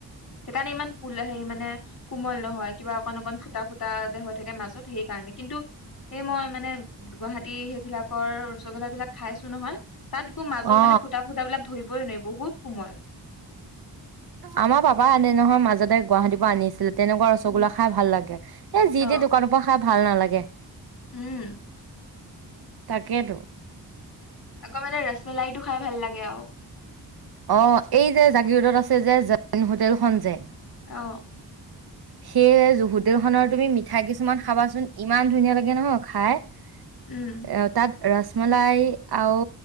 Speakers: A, on the left; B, on the right.
A: সেইকাৰণে ইমান কোল হেৰি মানে কোমল নহয়, কিবা অকণ অকণ ফুটা-ফুটা যে হৈ থাকে মাজত সেই কাৰণে কিন্তু সেই মই মানে গুৱাহাটী সেইবিলাকৰ ৰসগোল্লা বিলাক খাইছো নহয় তাত একো মাজত
B: অ
A: মানে ফুটা-ফুটা বিলাক ধই বৈ নোৱায়ি বহুত কোমল
B: আমাৰ পাপা আনে নহয়, মাজতে গুৱাহাটীৰ পৰা আনিছিলে। তেনেকুৱা ৰসগোল্লা
A: উম
B: খাই ভাল লাগে। এ যি
A: অ
B: টি দোকানৰ পৰা খাই ভাল নালাগে
A: উম
B: তাকেতো
A: আকৌ মানে ৰসমলাইটো খাই ভাল লাগে আও
B: অ এই যে জাগিৰোদত আছে যে, জৈন হোটেলখন যে
A: অ
B: সেই যে হোটেলখনৰ তুমি মিঠা কিছুমান খাবাচোন ইমান ধুনীয়া লাগে নহয় খাই অ
A: উম
B: তাত ৰসমলাই আও